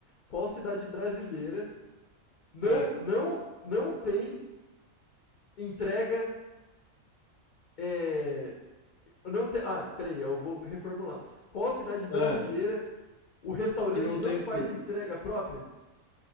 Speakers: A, on the left (about 65°); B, on the left (about 85°).
A: Qual cidade brasileira não
B: é,
A: não não tem entrega é, não tem, ah, peraí, eu vou reformular. Qual cidade brasileira
B: é.
A: o restaurante
B: Que não
A: não
B: tem
A: faz
B: o quê?
A: entrega própria?